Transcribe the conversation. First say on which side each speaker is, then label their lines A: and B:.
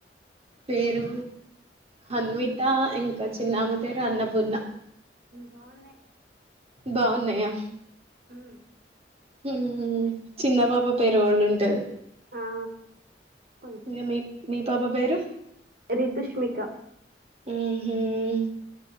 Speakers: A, on the right (about 35°); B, on the right (about 55°).
A: పేరు అన్విత ఇంకా చిన్నామ పేరు అన్నపూర్ణ
B: బాగున్నయ్
A: బాగున్నాయా
B: మ్మ్
A: మ్మ్ చిన్న పాప పేరు ఓల్డ్ ఉంటది
B: ఆ కొంచెం
A: ఇంకా మీ పాప పేరు
B: రితుష్మిక
A: మ్మ్ ఉ